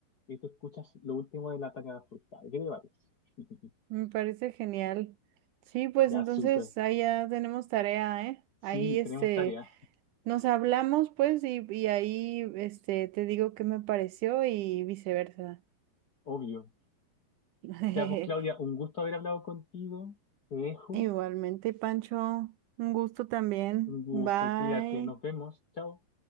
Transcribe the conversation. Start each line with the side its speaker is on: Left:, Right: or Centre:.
Left: y tú escuchas lo último de la tarea de Fulcade. ¿Qué te parece? <laughs>
Right: Me parece genial. Sí, pues
Left: Ya,
Right: entonces
Left: súper.
Right: ahí ya tenemos tarea, ¿eh?
Left: Sí,
Right: Ahí, este,
Left: tenemos tarea,
Right: nos hablamos, pues, y, y ahí, este, te digo qué me pareció y viceversa.
Left: obvio.
Right: <laughs>
Left: Ya, pues Claudia, un gusto haber hablado contigo. Te dejo.
Right: Igualmente, Pancho, un gusto también.
Left: Un gusto,
Right: Bye.
Left: cuídate, nos vemos. Chao.